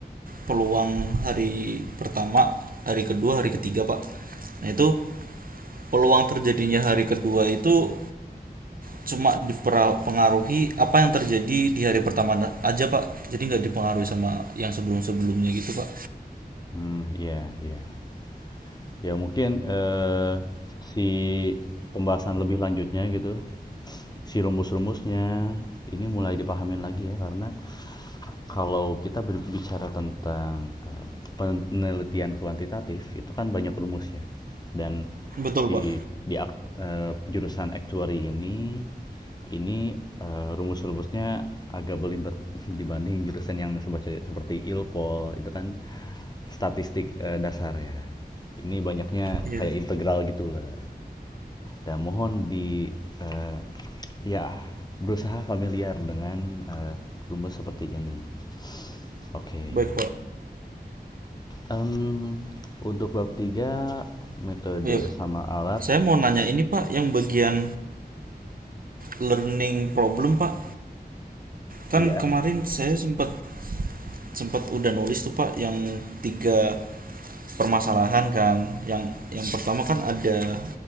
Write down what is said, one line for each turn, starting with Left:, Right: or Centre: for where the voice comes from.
Right: peluang hari pertama, hari kedua, hari ketiga, Pak. Nah, itu peluang terjadinya hari kedua itu cuma dipengaruhi apa yang terjadi di hari pertama aja, Pak. Jadi nggak dipengaruhi sama yang sebelum-sebelumnya gitu, Pak.
Left: Hmm, iya, iya. Ya mungkin eh, si pembahasan lebih lanjutnya gitu, si rumus-rumusnya ini mulai dipahamin lagi ya karena Kalau kita berbicara tentang, eee, penelitian kuantitatif, itu kan banyak rumus ya, dan
Right: Betul,
Left: di
Right: Pak.
Left: di ak eee, jurusan actuary ini, ini, eee, rumus-rumusnya agak belibet <laughs> dibanding jurusan yang sebace seperti ILPOL itu kan statistik, eee, dasar ya. Ini banyaknya
Right: Iya.
Left: kayak integral gitulah. Dan mohon di, eee, ya berusaha familiar dengan, eee, rumus seperti ini. Oke.
Right: Baik, Pak.
Left: Mmm, untuk bab 3 metode
Right: Iya. Pak.
Left: sama alat,
Right: Saya mau nanya ini, Pak, yang bagian learning problem, Pak.
Left: iya.
Right: Kan kemarin saya sempat sempat udah nulis tuh Pak yang tiga permasalahan kan. Yang yang pertama kan ada